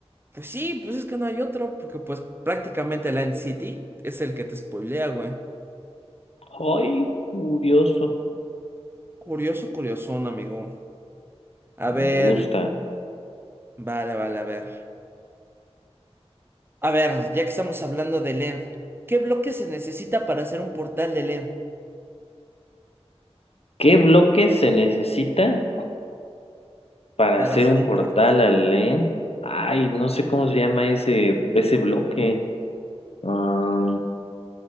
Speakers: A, on the right (about 20°); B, on the left (about 65°).
A: pues sí, pues es que no hay otro, porque pues prácticamente la City es el que te spoilea, güey.
B: Ay, curioso.
A: Curioso, curiosón, amigo. A
B: Ah,
A: ver,
B: me gusta.
A: vale, vale, a ver. A ver, ya que estamos hablando de End, ¿qué bloque se necesita para hacer un portal de End?
B: ¿Qué bloque se necesita? Para
A: Para
B: hacer
A: hacer
B: un
A: un
B: portal
A: portal.
B: al End, ay, no sé cómo se llama ese, ese bloque. Am,